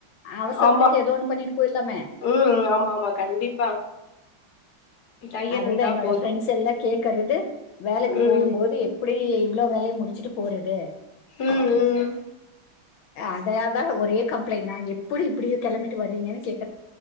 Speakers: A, on the left (about 75°); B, on the left (about 55°).
A: அவசரத்துக்கு
B: ஆமா
A: எதோ ஒண்ணு பண்ணிட்டு போயிர்லாமே
B: ம் ஆமா ஆமா கண்டிப்பா தையர்
A: அதுதா
B: இருந்தா
A: என்னோட
B: போது
A: ஃப்ரெண்ட்ஸ் எல்லா கேக்கறது வேலைக்கு
B: ம்
A: போம்போது எப்புடி இவ்ளோ வேலய முடிச்சுட்டு போறது
B: ம் ம்
A: அதயா தா ஒரே கம்ப்ளைண்ட்னா எப்புடி இப்டி கெளம்பிட்டு வர்றீங்கன்னு கேக்